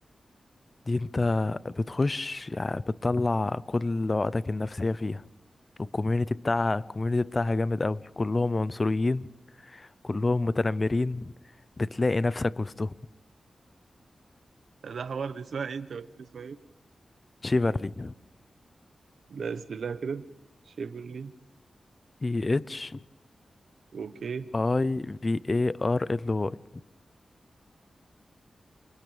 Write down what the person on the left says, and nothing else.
دي أنت بتخش يعني بتطلع كل عقدك النفسية فيها والكوميونيتي بتاعها الكوميونيتي بتاعها جامد أوي كلهم عنصريين كلهم متنمرين بتلاقي نفسك وسطهم
شيفرلي
اي اتش
اي في اي ار ال واي